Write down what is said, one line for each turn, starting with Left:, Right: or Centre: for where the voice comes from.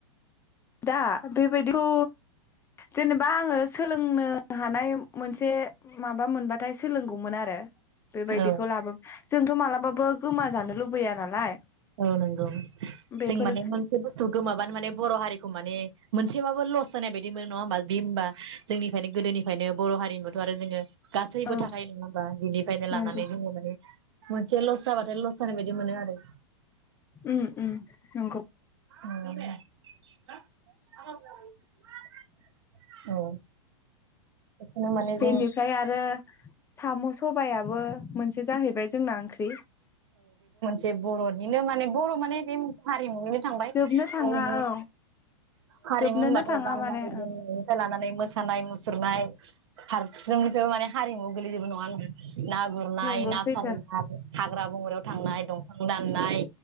Left: दा बेबायदिखौ जेनेबा आङो सोलोंनो हानाय मोनसे माबा मोनबाथाय सोलोंगौमोन आरो बेबायदिखौ
Right: औ
Left: लाबो जोंथ' मालाबाबो गोमा जानो लुबैया नालाय
Right: अ नंगौ
Left: बेफोर
Right: जों माने मोनसे बुस्थु गोमाबानो माने बर' हारिखौ माने मोनसेबाबो लस जानाय बायदि मोनो नङा होमबा बि होमबा जोंनिफ्रायनो गोदोनिफ्रायनो बर' हारिनिबोथ' आरो जोङो गासैबो
Left: औ
Right: थाखायो नङा होमबा बिनिफ्रायनो
Left: नंगौ
Right: लानानै जोङो माने मोनसे लस जाबाथाय लस जानाय बायदि मोनो आरो
Left: उम उम नंगौ।
Right: <unintelligible> औ बेखौनो माने
Left: बेनिफ्राय
Right: जों
Left: आरो साम' सबायआबो मोनसे जाहैबाय ज जोंना ओंख्रि
Right: जे बर'निनो मा माने बर' माने बे हारिमुनिनो थांबाय
Left: जोबनो थाङा
Right: हारिमु
Left: औ
Right: हारिमु
Left: जोबनोनो
Right: होनबाथाय
Left: थाङा
Right: गाननाय
Left: माने ओं
Right: जोमनायनिफ्राय लानानै मोसानाय मुसुरनाय हार जोंनिफ्रायबो माने हारिमुआव गोलैजोबो नङा होमबा ना गुरनाय
Left: नंगौ
Right: ना
Left: सैथो
Right: सारनाय हाग्रा बंग्रायाव थांनाय दंफां दाननाय